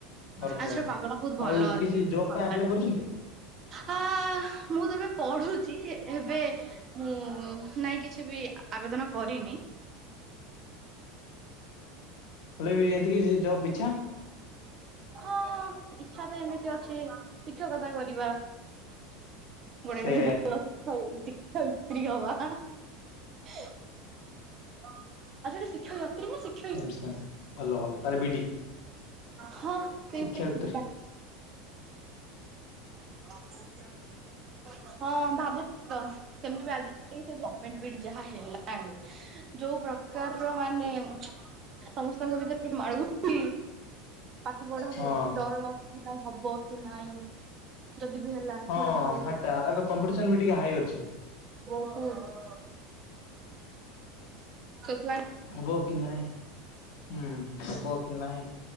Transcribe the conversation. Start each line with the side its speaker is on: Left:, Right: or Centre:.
Left: ପର ରଖିବା
Right: ଆଜିର
Left: କଥା।
Right: ପାଗଟା ବହୁତ ଭଲ
Left: ଆଉ,
Right: ଅଛି
Left: କିଛି ଜବ୍
Right: ଥଣ୍ଡା
Left: ପାଇଁ ଆପ୍ଲାଏ କରୁଛନ୍ତି?
Right: ଆ ହା ମୁଁ ତ ଏବେ ପଢୁଛି। ଏବେ ମୁଁ ନାଇଁ, କିଛି ବି ଆବେଦନ କରିନି।
Left: ହଲେ ବି ଏମତିକ ଜବ୍ ପିଛା।
Right: ହଁ, ଇଛା ତ ଏମିତି ଅଛି, ଶିକ୍ଷକତା କରିବା। ଗୋଟେ
Left: ସେ
Right: ଭଲ ଶିକ୍ଷାଇ ଶିକ୍ଷଇ ତ୍ରୀ ହବା। ଆଛା, ଟେ ଶିକ୍ଷୟତ୍ରୀ ନା ଶିକ୍ଷ୍
Left: ସେମ୍ ସେମ୍ ଭଲ, ଭଲ, ତାଲେ ବି ଡ଼ି।
Right: ହଁ। ସେଇଟେ
Left: ଶିକ୍ଷୟିତ୍ରୀ।
Right: ଯିବା ହଁ, ଭାବୁଚି ତ! ସେମିତି ବି ଆଜି <inaudible> ସେ ଜମେଣ୍ଟ ବି ଇ ଡ଼ି ଯାହା ହେଲାଣି, ଯୋଉ ପ୍ରକାରର ମାନେ ସମସ୍ତଙ୍କ ଭିତରେ ଟେ ମାଳ ଗୁନ୍ଥି ପାଠ ପଢରେ,
Left: ହଁ
Right: ଡର ଲାଗୁଛି କି ନାଇଁ ହବ କି ନାଇଁ, ଯଦି ବି ହେଲା
Left: ହଁ,
Right: ଗୋଟେ ଭଲ
Left: ହାଟା ଏବେ କମ୍ପିଟିସନ ବି ଟିକେ ହାଇ ଅଛି।
Right: ବହୁତ୍। ସେତ୍
Left: ହବୋ କି ନାହିଁ, ହୁଁ ହବ କି ନାଇଁ